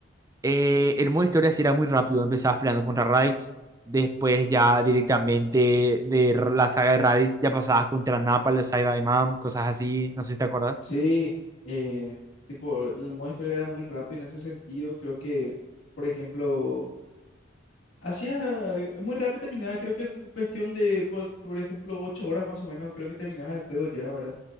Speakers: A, on the right; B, on the left.
A: Eh, el modo historia sí era muy rápido, empezabas peleando contra Raditz, después ya directamente de r- la saga de Raditz ya pasabas contra Nappa, los Saiyaman, cosas así, no sé si te acuerdas.
B: sí. eh, tipo, el modo historia era muy rápido en ese sentido. Creo que, por ejemplo, hacía eh, muy rápido terminaba. Creo que en cuestión de, por, por ejemplo, 8 horas más o menos, creo que terminaba el juego ya, ¿verdad?